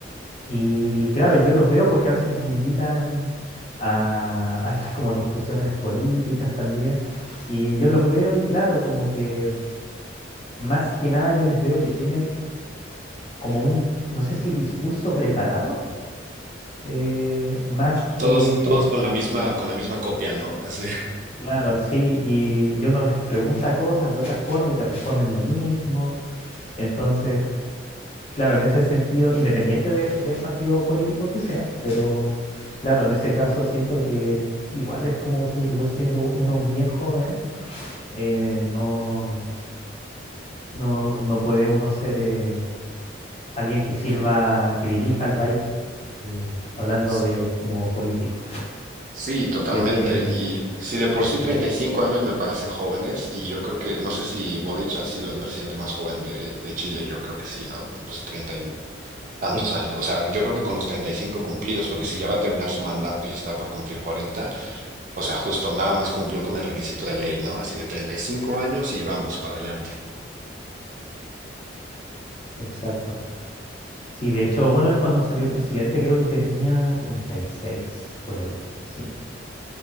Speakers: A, on the left; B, on the right.
A: y claro, yo los veo porque a veces los invitan a, a estas como discusiones políticas también, y yo los veo y claro, como que más que nada yo les veo que tienen como un, no sé si discurso preparado, eh, más que
B: Todos, todos con la misma, con la misma copia, ¿no? Así.
A: Claro, sí, y, y uno les pregunta cosas de otra forma y te responden lo mismo. Entonces, claro, en ese sentido, independiente de- del partido político que sea, pero claro, en ese caso siento que igual es como si, igual siendo uno bien joven, eh, no, no, no puede uno ser eh, alguien que sirva, que dirija al país, eh, hablando
B: Sí.
A: de como político.
B: Sí, totalmente.
A: Requiere,
B: Y si
A: requiere
B: de por
A: experiencia.
B: sí treinta y cinco años me parecen jóvenes, y yo creo que, no sé si Boric ha sido el presidente más joven de, de Chile, yo creo que sí, ¿no? pues 30 y
A: Sí,
B: tantos años. O sea, yo creo que con los 35 cumplidos, porque si ya va a terminar su mandato y está por cumplir cuarenta o sea, justo nada más cumplió con el requisito de ley, ¿no? Así de 35 años y vamos para adelante.
A: exacto. Sí, de hecho, bueno, él cuando salió presidente creo que tenía 36 por ahí. Sí,